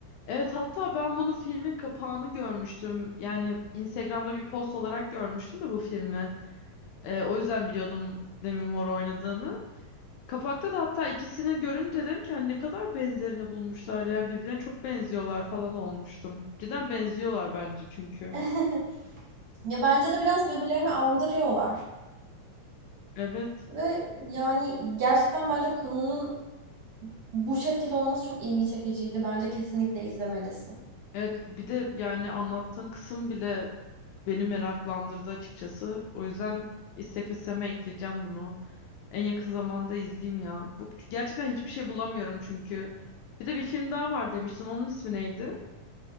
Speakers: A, on the left; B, on the right.
A: evet hatta ben bunu filmin kapağını görmüştüm. Yani Instagram'da bir post olarak görmüştüm de bu filmi. Ee, o yüzden biliyordum Demi Moore oynadığını. Kapakta da hatta ikisini görünce dedim ki hani ne kadar benzerini bulmuşlar yani birbirlerine çok benziyorlar falan olmuştum. Cidden benziyorlar bence çünkü.
B: <laughs> Ya bence de biraz birbirlerini andırıyorlar.
A: Evet.
B: Ve yani gerçekten bence konunun bu şekilde olması çok ilgi çekiciydi. Bence kesinlikle izlemelisin.
A: Evet bir de yani anlattığın kısım bile beni meraklandırdı açıkçası. O yüzden istek listeme ekleyeceğim bunu. En yakın zamanda izleyeyim ya. Bu, gerçekten hiçbir şey bulamıyorum çünkü. Bir de bir film daha var demiştin. Onun ismi neydi?